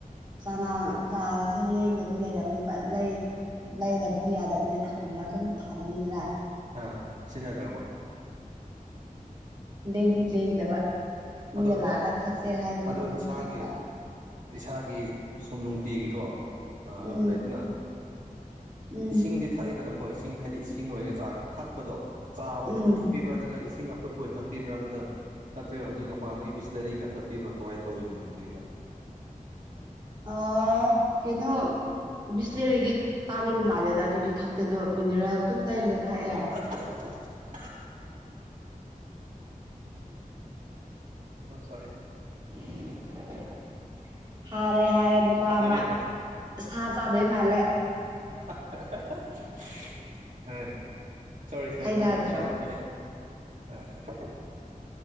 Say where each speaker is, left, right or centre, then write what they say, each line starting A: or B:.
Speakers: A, on the right (about 30°); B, on the right (about 60°).
A: ꯆꯉꯥꯡ ꯆꯥꯒꯁꯦ ꯂꯦꯡꯗꯕꯤ ꯂꯩꯔꯝꯒ ꯂꯩ ꯂꯩꯗꯕꯗꯤ ꯌꯥꯗꯕꯅꯤ ꯊꯝꯃ ꯑꯗꯨꯝ ꯊꯝꯅꯤꯗꯅ
B: ꯑꯥ ꯁꯤꯖꯤꯟꯅꯗ꯭ꯔꯕꯣ
A: ꯂꯦꯡꯗꯤ ꯂꯦꯡꯗꯕ ꯃꯤꯅ
B: ꯑꯗꯣ
A: ꯂꯥꯛꯑꯒ ꯊꯛꯁꯦ ꯍꯥꯏꯗꯤꯗꯤ
B: ꯑꯗꯣ ꯏꯁꯥꯒꯤ
A: ꯊꯛꯄ
B: ꯏꯁꯥꯒꯤ ꯁꯨꯝ ꯅꯨꯡꯇꯤꯒꯤꯀꯣ
A: ꯎꯝ
B: ꯂꯩꯗꯅ
A: ꯎꯝ
B: ꯏꯁꯤꯡꯗꯤ ꯊꯛꯑꯦꯗꯅꯀꯣ ꯏꯁꯤꯡ ꯍꯥꯏꯗꯤ ꯏꯁꯤꯡ ꯑꯣꯏꯒ ꯆꯥ ꯊꯛꯄꯗꯣ ꯆꯥ ꯑꯣꯏꯅ
A: ꯎꯝ
B: ꯑꯗꯨꯝ ꯊꯛꯄꯤꯕ꯭ꯔꯥ ꯅꯠꯇ꯭ꯔꯒ ꯏꯁꯤꯡ ꯑꯐꯨꯠꯄ ꯑꯣꯏꯅ ꯊꯛꯄꯤꯕ꯭ꯔꯥ ꯑꯗꯣ ꯅꯠꯇ꯭ꯔꯒ ꯍꯧꯖꯤꯛ ꯃꯄꯥꯟꯗꯒꯤ ꯕꯤꯁꯂꯔꯤ ꯀꯛꯊꯛꯄꯤꯕ꯭ꯔꯥ ꯀꯃꯥꯏꯅ ꯇꯧꯤꯕꯅꯣ ꯑꯗꯨꯒꯤꯅ
A: ꯑ ꯀꯩꯅꯣ ꯕꯤꯁꯂꯦꯔꯤꯗꯤ ꯇꯥꯡꯕ ꯃꯥꯜꯂꯦꯗ ꯑꯗꯨꯗꯤ ꯊꯛꯇꯗꯣ ꯃꯤꯅꯔꯦꯜ ꯑꯗꯨꯝ ꯂꯩꯔꯒ ꯊꯥꯛꯑꯦ
B: <inaudible> ꯁꯣꯔꯤ
A: <unintelligible> ꯍꯥꯏꯔꯦ ꯍꯥꯏꯔꯦ ꯅꯨꯄꯥ ꯑꯃ
B: ꯍꯥꯏꯕꯤꯌꯨ
A: ꯁꯥ ꯆꯥꯗꯣꯏ ꯃꯥꯜꯂꯦ
B: <inaudible> ꯑꯥ ꯁꯣꯔꯤ ꯁꯣꯔꯤ
A: ꯍꯩꯅꯗ꯭ꯔꯥ
B: ꯍꯥ ꯍꯥꯏꯕꯤꯔꯛꯑꯣ ꯍꯥꯏꯕꯤꯔꯛꯑꯣ ꯑ ꯍꯥꯏꯕꯤꯛꯑꯣ